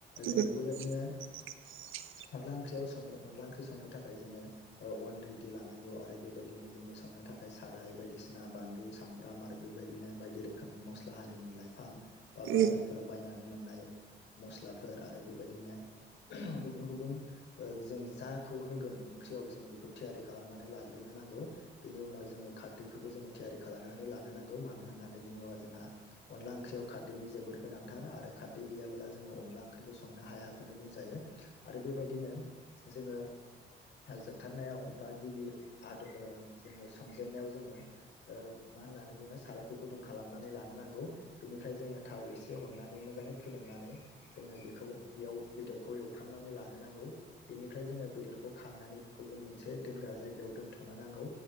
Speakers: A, on the left; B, on the right.
A: जोङो
B: उम
A: बेबायदिनो
B: <inaudible> <inaudible>
A: अनला ओंख्रियाव संनो अनला ओंख्रि संनो थाखाय जोङो ओ अन रेडि लानांगौ आरो बेबायदिनो जोङो सं नो‌ थाखाय साराय बायदिसिना बानलु सामब्राम आरो बेबायदिनो बायदि रोखोमनि मस्ला हारिनि लाइफां
B: उम
A: बा बाजारफोराव बायनानै मोननाय मस्लाफोर आरो बेबायदिनो गुबुन गुबुन ओ जों जाखौ होगोन ओंख्रियाव जों बेखौ थियारि खालामनानै लाग्रोनो नांगौ। बेनि उनाव जोङो खारदैखौबो जोङो थियारि खालामनानै लानो नांगौ मानो होननानै बुङोबा जोंहा अनला ओंख्रियाव खारदैनि जोबोर गोनांथार आरो खारदै गैयाब्ला जोङो अनला ओं ख्रिखौ संनो हायाखौनो बुंजायो। आरो बेबायदिनो जोङो जोबथारनायाव बा गिबि आद ओ जोङो सं जेन नायाव जोङो ओ मा होननानै बुङो सारायखौ गुदुं खालामनानै लानो नांगौ। बेनिफ्राय जोङो था व एसे हरनानै मोजाङै फुदुंनानै जोङो बेखौ बेयाव बेदरखौ एवफ्रामनानै लानो नांगौ। बेनिफ्राय जोङो बेदरखौ खांनानै गुबुन मोनसे दोनग्रा जायगायाव दोनथ'नो नांगौ।